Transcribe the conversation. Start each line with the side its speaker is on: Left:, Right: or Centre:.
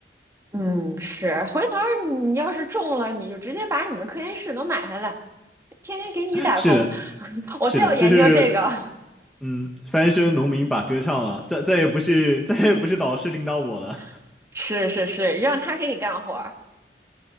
Right: 嗯，是。回头儿你要是中了，你就直接把你们科研室都买下来，天天给你打工。
Centre: 是的，
Right: <laughs> 我就要研究这个，
Centre: 是的，就是嗯，翻身农民把歌唱了，再再也不是再也不是导师领导我了。
Right: <laughs> 是是是，让他给你干活儿